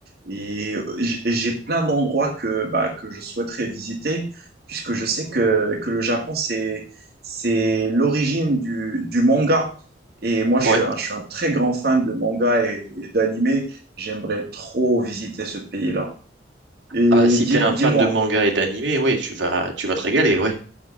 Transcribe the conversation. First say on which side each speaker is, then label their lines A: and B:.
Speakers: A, on the right; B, on the right.
A: et euh, j- et j'ai plein d'endroits que, bah, que je souhaiterais visiter puisque je sais que, que le Japon, c'est, c'est l'origine du, du manga. Et moi, je
B: ouais.
A: suis un, je suis un très grand fan de manga et, et d'animé. J'aimerais trop visiter ce pays-là. Et
B: Ah bah si
A: dis,
B: t'es un
A: dis-moi,
B: fan de manga et d'animé, oui tu vas, tu vas te régaler, ouais.